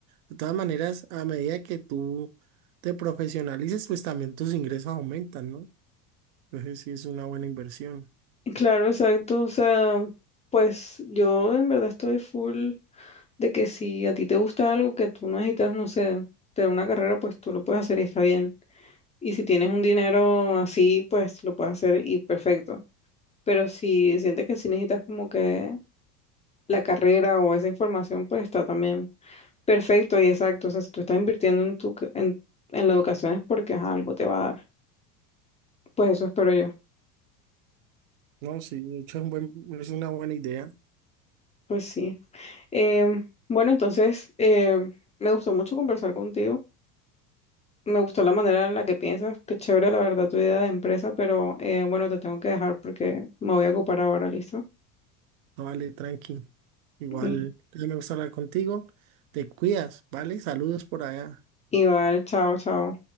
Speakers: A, on the right; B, on the left.
A: De todas maneras, a medida que tú te profesionalices, pues también tus ingresos aumentan, ¿no? Entonces sí es una buena inversión.
B: Claro, exacto. O sea, pues yo en verdad estoy full de que si a ti te gusta algo que tú no necesitas, no sé, de una carrera, pues tú lo puedes hacer y está bien. Y si tienes un dinero así, pues lo puedes hacer y perfecto. Pero si sientes que sí necesitas como que la carrera o esa información, pues está también. Perfecto y exacto. O sea, si tú estás invirtiendo en tu, c- en, en la educación es porque ajá, algo te va a dar. Pues eso espero yo.
A: No, sí, de hecho es un buen- es una buena idea.
B: Pues sí. Em, bueno, entonces em, me gustó mucho conversar contigo. Me gustó la manera en la que piensas. Qué chévere, la verdad, tu idea de empresa, pero eh, bueno, te tengo que dejar porque me voy a ocupar ahora, ¿listo?
A: No, vale, tranqui. Igual,
B: Mm.
A: me gusta hablar contigo. Te cuidas, ¿vale? Saludos por allá.
B: Igual, chao, chao.